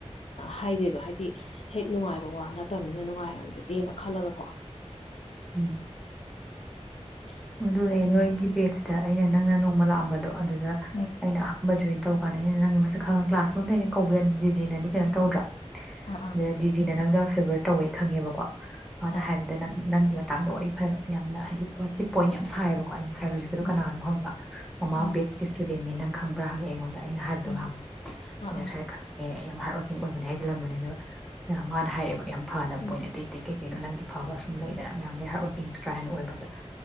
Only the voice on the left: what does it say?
ꯍꯥꯏꯗꯦꯕ ꯍꯥꯏ ꯗꯤ ꯍꯦꯛ ꯅꯨꯡꯉꯥꯏꯕ ꯋꯥ ꯅꯠꯇꯕꯅꯤꯅ ꯅꯨꯡꯉꯥꯏꯔꯝꯗꯔ꯭ꯗꯤ ꯈꯜꯂꯒꯀꯣ
<unintelligible>
ꯑꯗꯨ
ꯎꯝ
ꯑꯥ ꯑꯥ
ꯑꯥ
ꯑꯥ
ꯑꯥ
ꯎꯝ
ꯑꯥ
ꯑꯥ
ꯎꯝ